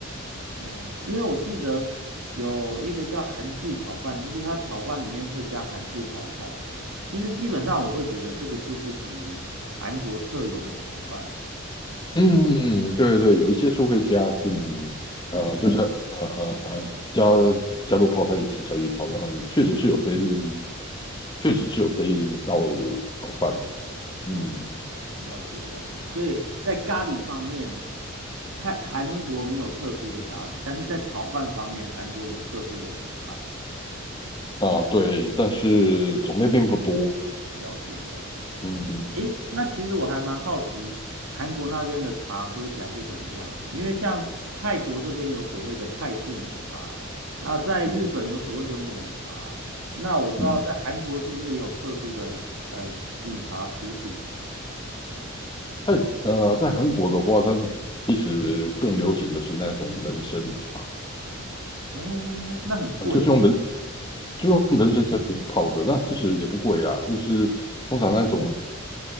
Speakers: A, on the right (about 85°); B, on the left (about 20°).
A: 哦，因为我记得有一个叫韩式炒饭，就是它炒饭里面会加韩式泡菜。其实基本上我会觉得这个就是属于韩国特有的炒饭。
B: 嗯，对对，有一些是会加进，呃，就是呃呃加加入泡菜一起下去炒，然后确实是有这一，确实是有这一道炒饭。
A: 哦，
B: 嗯，
A: 了解了解。所以在咖喱方面，泰韩国没有特殊的咖喱，但是在炒饭方面，韩国有特殊的炒饭。
B: 啊，对，但是种类并不多。
A: 了解了解。
B: 嗯嗯
A: 诶，那其实我还蛮好奇，韩国那边的茶喝起来是怎么样的？因为像泰国这边有所谓的泰式奶茶，啊，在日本有所谓的抹茶，
B: 嗯
A: 那我不知道在韩国是不是也有特殊的呃饮茶食品？
B: 嗯，在呃，在韩国的话，它其实更流行的是那种人参茶，
A: 哦，那很贵
B: 嗯，就是用人就用人参茶去泡的，那其实也不贵啦，就是通常那种